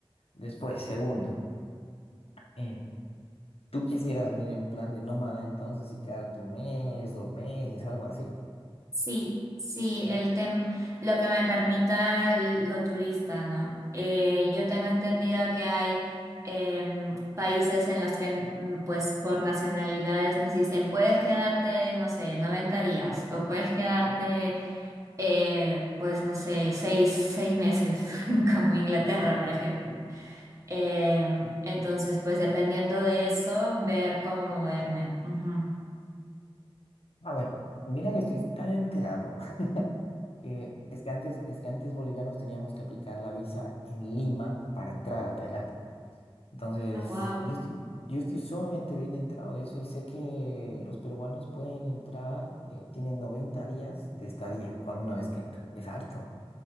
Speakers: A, on the left; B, on the right.
A: Después, segundo, eh, ¿tú quisieras venir en plan de nómada entonces y quedarte un mes, dos meses, algo así?
B: Sí, sí, el tem lo que me permita l- lo turista, ¿no? Eh, yo tengo entendido que hay em, países en los que, mm, pues, por nacionalidades nos dicen, puedes quedarte, no sé, 90 días o puedes quedarte,
A: Ujú.
B: eh, pues, no sé, seis, seis meses, <laughs> como Inglaterra, por ejemplo. Em, entonces, pues dependiendo de eso, ver cómo moverme. Ujú.
A: A ver, mira que estoy tan enterado que es que antes, es que antes bolivianos teníamos que aplicar la visa en Lima para entrar a Tailandia. Entonces,
B: Ah, wow.
A: yo estoy, yo estoy sumamente bien entrado de eso y sé que los peruanos pueden entrar, eh, tienen 90 días de estadía cuando una vez que entran. Es harto.